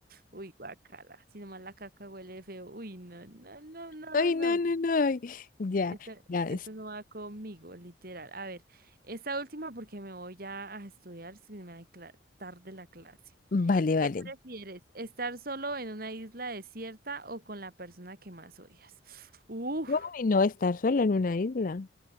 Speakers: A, on the right; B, on the left.
A: Uy, guacala, si nomás la caca huele feo, uy, no, no, no, no,
B: Ay,
A: no,
B: no, no, no. ay, Ya,
A: esto,
B: ya.
A: esto
B: es-
A: no va conmigo, literal. A ver, esta última porque me voy ya a estudiar, si me va a cla- tarde la clase.
B: Vale, vale.
A: ¿Qué prefieres? ¿Estar solo en una isla desierta o con la persona que más odias? Uf,
B: Uy, no, estar sola en una isla.